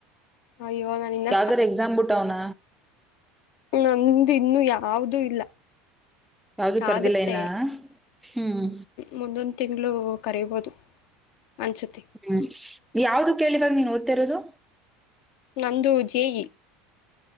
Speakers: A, on the left; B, in the centre.
A: ಅಯ್ಯೋ ನಾನು ಇನ್ನ
B: ಯಾವ್ದರ ಎಕ್ಸಾಮ್ ಬಿಟ್ವಾನ
A: ನಮ್ಮದು ಇನ್ನು ಯಾವ್ದೂ ಇಲ್ಲ
B: ಯಾವ್ದು ಕರ್ದಿಲ್ಲ
A: ಆಗತ್ತೆ
B: ಇನ್ನ ಹ್ಮ್
A: ಮುಂದಿನ ತಿಂಗಳು ಕರಿಬೋದು ಅನ್ಸುತ್ತೆ
B: ಹ್ಮ್ ಯಾವ್ದು ಕೇಳಿ ಈವಾಗ ನೀ ಓದ್ತಿ ತಿರೋದು
A: ನಂದೂ ಜೆಇ